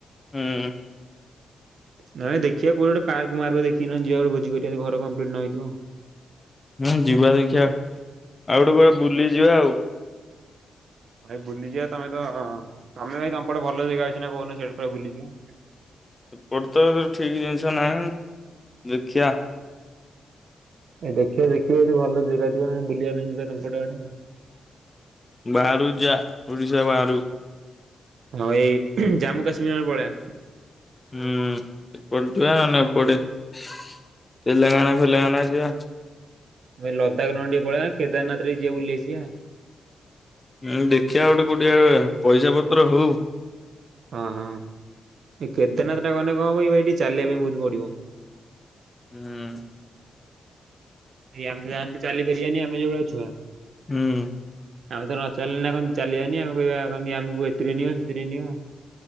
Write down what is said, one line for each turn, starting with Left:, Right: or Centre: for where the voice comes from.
Left: ହୁଁ।
Right: ନ ହେଲେ ଦେଖିବା କୁଆଡେ ଗୋଟେ ପାର୍କ ମାର୍କ ଦେଖି କିନା ଯିବା ଗୋଟେ ଭୋଜି କରିବା ଘର କମ୍ପ୍ଲିଟ୍ ନ ହେଇଥିବ ଆଉ।
Left: ହୁଁ ଯିବା ଦେଖିବା ଆଉ ଗୋଟେ କୁଆଡେ ବୁଲି ଯିବା ଆଉ।
Right: ଭାଇ ବୁଲିଯିବା ତମେ ତ ତମେ ଭାଇ ତମ ପଟେ ଭଲ ଜେଗା ଅଛି ନା କହୁନ ସିଆଡେ କୁଆଡେ ବୁଲିଯିବା?
Left: ଏପଟେ ତ ଏତେ ଠିକ୍ ଜିନିଷ ନାହିଁ ଦେଖିଆ।
Right: ଏ ଦେଖିବା ଦେଖିବ ଯଦି ଭଲ ଜାଗା ଥିବେ ବୁିଲିବା ପାଇଁ ଯିବା ତାମ ପଟ ଆଡ଼େ ଆଉ।
Left: ବାହାରକୁ ଯା ଆ ଓଡିଶା ବାହାରୁକୁ।
Right: ହଁ ଏଇ ଜାମ୍ମୁ କାଶ୍ମୀରି ନହେଲେ ପଳେଇବା।
Left: ହୁଁ ଏପଟେ ଯିବା ନହେଲେ ଏପଟେ ତେଲେଙ୍ଗାନା ଫେଲେଙ୍ଗାନା ଯିବା।
Right: ଏ ଲଦାକ ନହେଲେ ଟିକିଏ ପଳେଇବା କେଦାରନାଥ ଟିକେ ଯିବା ବୁଲିଆସିବା।
Left: ନହେଲେ ଦେଖିବା ଗୋଟେ କୋଉଠି ପଇସା ପତ୍ର ହଉ।
Right: ହଁ ହଁ ଏ କେଦାରନାଥ ଟା ଗେଲେ କଣ ହବକି ଭାଇ ଟିକେ ଚାଲିବା ପାଇଁ ବହୁତ ପଡିବ।
Left: ହୁଁ।
Right: ଏଇ ଆମେ ଯାଆନ୍ତି ଚାଲିପାରିବାନି ଆମେ ଯେଉଭଳିଆ ଛୁଆ
Left: ହୁଁ ଉଁ
Right: ଆମେ ତ ନଚାଲିଲେ ନା ଚାଲିବାନି ଆମେ କହିବା ଆମକୁ ଏଥିରେ ନିଅ ସେଥିରେ ନିଅ।